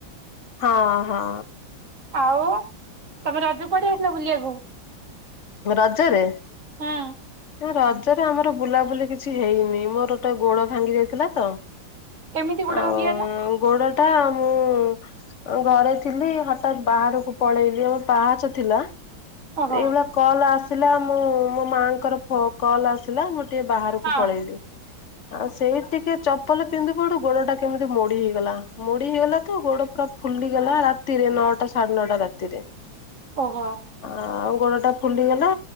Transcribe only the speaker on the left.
ହଁ ହଁ।
ରଜରେ।
ନା ରଜରେ ଆମର ବୁଲାବୁଲି କିଛି ହେଇନି ମୋରୋ ଗୋଟେ ଗୋଡୋ ଭାଙ୍ଗି ଯାଇଥିଲା ତ।
ଆଉ
ଗୋଡୋ ଟା ମୁଁ ଉଁ ଘରେ ଥିଲି ହଠାତ୍ ବାହାରକୁ ପଳେଇଲି ଆମ ପାହାଚ ଥିଲା।
ଏଇଭଳିଆ କଲ୍ ଆସିଲା ମୁଁ ମୋ ମାଆଙ୍କର ଫୋ କଲ୍ ଆସ ସିଲା ମୁଁ ଟିକେ ବାହାରକୁ
ପଳେଇଲି। ଆଉ ସେଇ ଟିକେ ଚପଲ ପିନ୍ଧିବୁଡୁ ଗୋଡୋ ଟା କେମିତି ମୋଡି ହେଇଗଲା ମୋଡି ହେଇଗଲା ତ ଗୋଡୋ ପୁରା ଫୁଲିଗଲା ରାତିରେ ନଅଟା ସାଢେ ନଅଟା ରାତିରେ।
ଆଉ ଗୋଡୋ ଟା ଫୁଲିଗଲା